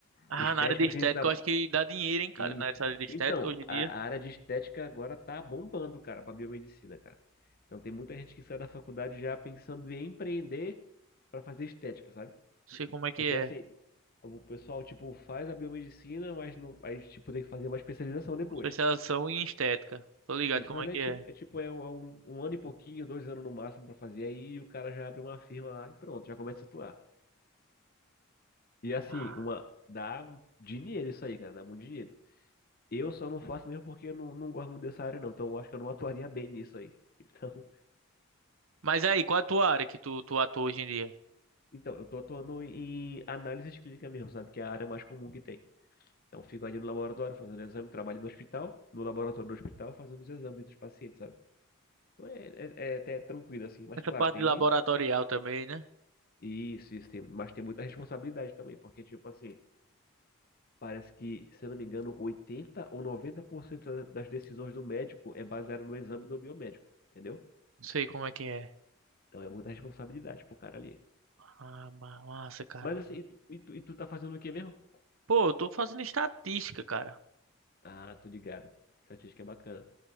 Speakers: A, on the right; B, on the left.
A: Ah,
B: Estética,
A: na área de estética,
B: assim, da,
A: eu acho que dá dinheiro, hein, cara?
B: Isso.
A: Na área de estética,
B: Então,
A: hoje em dia,
B: a, a área de estética agora tá bombando, cara, para biomedicina, cara. Então tem muita gente que sai da faculdade já pensando em empreender para fazer estética, sabe?
A: não sei como é que
B: Porque
A: é.
B: assim, o pessoal tipo faz a biomedicina, mas não, aí tipo tem que fazer uma especialização depois.
A: Uma Especialização em estética. Tô ligado
B: Isso,
A: como
B: mas
A: é
B: aí
A: que
B: tipo,
A: é.
B: é tipo é um, um ano e pouquinho, dois anos no máximo para fazer, aí o cara já abre uma firma lá e pronto, já começa a atuar. E assim,
A: Ah,
B: uma dá dinheiro isso aí, cara, dá muito dinheiro. Eu só não faço mesmo porque eu não, não gosto muito dessa área, não. Então, eu acho que eu não atuaria bem nisso aí. <laughs>
A: Mas aí, qual é a tua área que tu, tu atua hoje em dia?
B: Então, então eu tô atuando em análise de clínica mesmo, sabe? Que é a área mais comum que tem. Então, eu fico ali no laboratório fazendo exame, trabalho no hospital, no laboratório do hospital fazendo os exames dos pacientes, sabe? Então, é, é, é até tranquilo, assim. Mas,
A: Essa
B: claro,
A: parte
B: tem
A: de laboratorial também, né?
B: isso, isso tem, mas tem muita responsabilidade também, porque, tipo assim, parece que, se eu não me engano, 80 ou 90% das decisões do médico é baseada no exame do biomédico, entendeu?
A: Não sei como é que é.
B: Então, é muita responsabilidade pro cara ali.
A: Ah, ma- massa, cara.
B: Mas assim, e tu, e tu, e tu tá fazendo o quê mesmo?
A: Pô, eu tô fazendo estatística, cara.
B: Ah, tô ligado. Estatística é bacana.